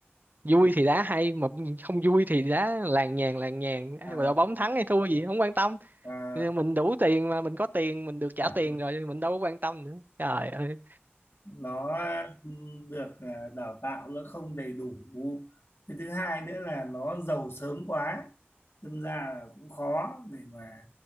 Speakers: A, on the right; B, on the left.
A: vui thì đá hay mà không vui thì đá làng nhàng làng nhàng ai
B: à,
A: mà đội bóng thắng hay thua gì không quan tâm
B: và
A: mình đủ tiền mà mình có tiền mình được trả
B: à,
A: tiền rồi mình đâu có quan tâm nữa trời ơi
B: nó ừm, được à, đào tạo nó không đầy đủ cái thứ hai nữa là nó giàu sớm quá đâm ra là cũng khó để mà